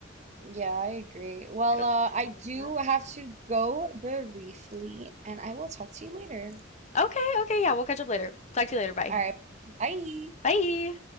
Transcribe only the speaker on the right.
Yeah, I agree. Well,
uh,
I
do
have to go briefly, and I will talk to you later.
All right, bye.